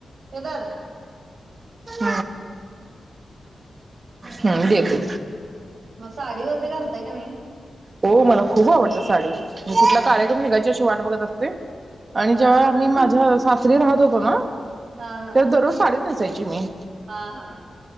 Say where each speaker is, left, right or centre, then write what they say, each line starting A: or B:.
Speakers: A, on the right; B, on the right.
A: हे धर
B: <inaudible> <inaudible> हम् देेते
A: मग साडी वगेरे घालताय का नायी?
B: हो मला खूप आवडत साडी. म कुठला कार्यक्रम निघायच्या <unintelligible> वाट बघत असते. आणि
A: हा
B: जेव्हा मी माझ्या सासरी राहत तोना
A: हा
B: त्या दररोज साडीच नेस सायची मी.
A: हा- हा.